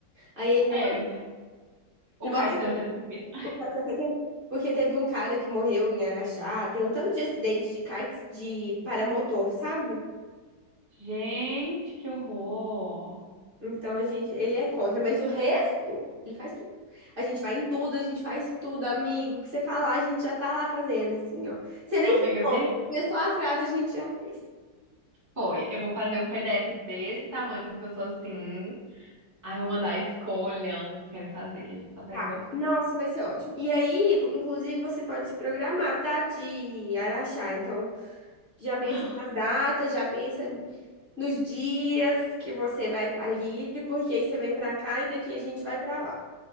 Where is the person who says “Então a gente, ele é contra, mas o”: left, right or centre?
Right